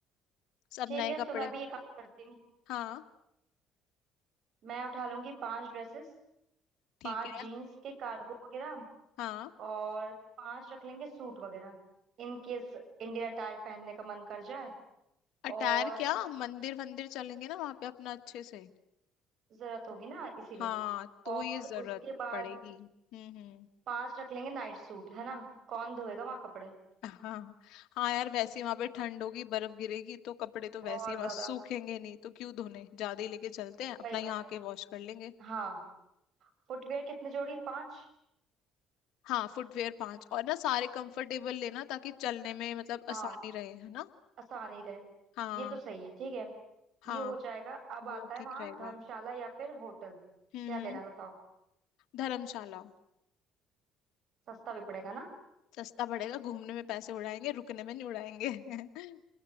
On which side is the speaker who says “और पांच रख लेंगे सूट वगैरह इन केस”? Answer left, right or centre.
Right